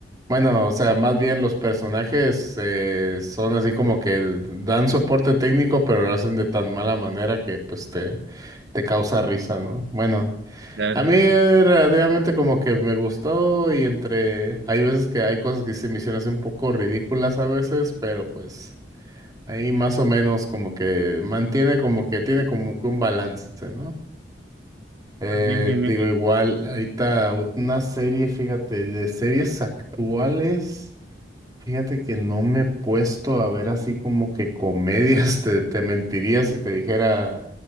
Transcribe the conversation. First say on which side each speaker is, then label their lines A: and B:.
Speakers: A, on the right; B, on the right.
A: Bueno, o sea, más bien los personajes eh, son así como que dan soporte técnico, pero lo hacen de tan mala manera que pues te, te causa risa, ¿no? Bueno,
B: Claro.
A: a mí eh, relativamente como que me gustó y entre... Hay veces que hay cosas que se me hicieron así un poco ridículas a veces, pero pues ahí más o menos como que mantiene como que tiene como que un balance, ¿no? Eh,
B: Ah, bien, bien, bien.
A: te digo, igual, ahorita una serie, fíjate, de series actuales. Fíjate que no me he puesto a ver así como que comedias, <laughs> te, te mentiría si te dijera